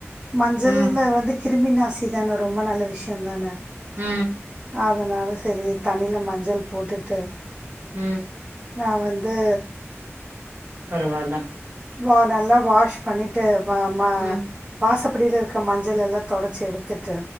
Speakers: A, on the right (about 20°); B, on the right (about 45°).
A: மஞ்சள்ல
B: ம்
A: வந்து கிருமி நாசி தானே ரொம்ப நல்ல விஷயந் தானே
B: உ
A: அதனால சரி தண்ணில மஞ்சள் போட்டுட்டு
B: உ
A: நா வந்து
B: பரவாயில்ல
A: வா நல்லா வாஷ் பண்ணிட்டு வ ம
B: ம்
A: வாசப்படில இருக் அ மஞ்சள் எல்லா தொடச்சி எடுத்துட்டு